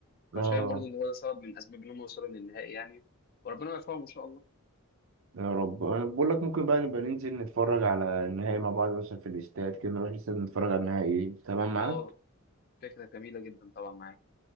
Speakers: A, on the right (about 70°); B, on the left (about 45°).
A: اه
B: فشايف برضو ان هو ده سبب من اسباب ان هم وصلوا للنهائي يعني وربنا يوفقهم ان شاء الله
A: يا رب انا بقول لك ممكن بقى نبقى ننزل نتفرج على النهائي مع بعض مثلا في الاستاد كده نروح الاستاد نتفرج على النهائي تمام معاك
B: اه فكره جميله جدا طبعا معاك